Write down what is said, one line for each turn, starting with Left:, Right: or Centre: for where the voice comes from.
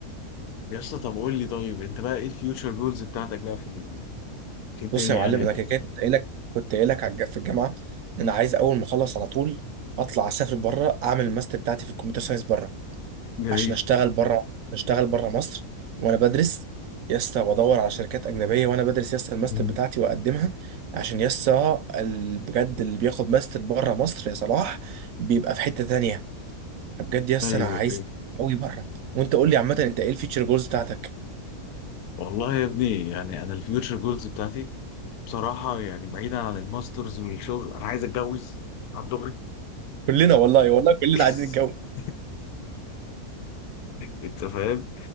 Left: يا اسطى طب قول لي طيب انت بقى ايه الفيوتشر جولز بتاعتك بقى في ال- في الدنيا
Right: بص يا معلم
Left: يعني
Right: انا
Left: كده
Right: كده كده كنت قايل لك كنت قايل لك على الج- في الجامعه ان انا عايز اول ما اخلص على طول اطلع اسافر بره اعمل الماستر بتاعتي في الكمبيوتر ساينس بره
Left: جميل
Right: عشان اشتغل بره اشتغل بره مصر وانا بدرس يسطا وادور على شركات اجنبيه وانا بدرس يسطا الماستر
Left: مم.
Right: بتاعتي واقدمها عشان يسطا ال- بجد اللي بياخد ماستر بره مصر يا صلاح بيبقى في حته تانية بجد يسطا
Left: ايوه
Right: انا عايز
Left: ايوه
Right: قوي بره وانت قول لي عامه انت ايه الفيتشر جولز بتاعتك
Left: والله يا ابني يعني انا الفيوتشر جولز بتاعتي بصراحه يعني بعيدا عن الماسترز والشغل انا عايز اتجوز على الدغري
Right: كلنا والله والله كلنا
Left: <laughs>
Right: عايزين نتجوز
Left: انت فاهم